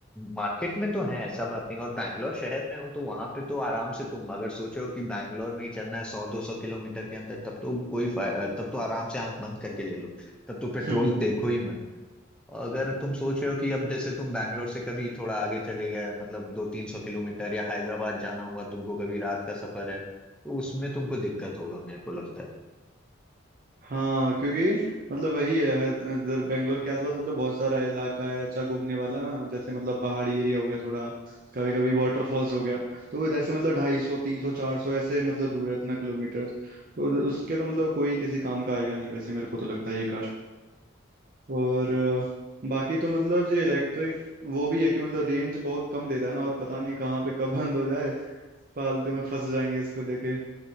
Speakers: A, in the centre; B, on the right (about 45°).
A: मार्केट में तो है ऐसा बात नहीं और बैंगलोर शहर में हो तो वहां पे तो आराम से तुम अगर सोचो कि बैंगलोर में ही चलना है सौ दो सौ किलोमीटर के अंदर तब तो कोई फाय- तब तो आराम से आंख बंद करके ले लो तब तो पेट्रोल
B: हम्म, हम्म,
A: देखो ही मत और अगर तुम सोच रहे हो कि अब जैसे तुम बैंगलोर से कभी थोड़ा आगे चले गए मतलब दो तीन सौ किलोमीटर या हैदराबाद जाना हुआ तुमको कभी रात का सफर है तो उसमें तुमको दिक्कत होगा मेरे को लगता है
B: हाँ क्योंकि मतलब वही है है- इधर बेंगलोर के आसपास मतलब बहुत सारा इलाका है अच्छा घूमने वाला ना जैसे मतलब पहाड़ी एरिया हो गया थोड़ा कभी कभी वाटरफॉल्स हो गया तो वो इधर से मतलब ढाई सौ तीन सौ चार सौ ऐसे मतलब दूर है इतना किलोमीटर तो उधर- उसके तो मतलब कोई किसी काम का आएगा नहीं वैसे मेरे को तो लगता है ये कार और अ, बाकी तो मतलब ये इलेक्ट्रिक वो भी है कि मतलब रेंज बहुत कम देता है ना और पता नहीं कहाँ पे कब बंद हो जाए फालतू में फंस जाएंगे इसको लेके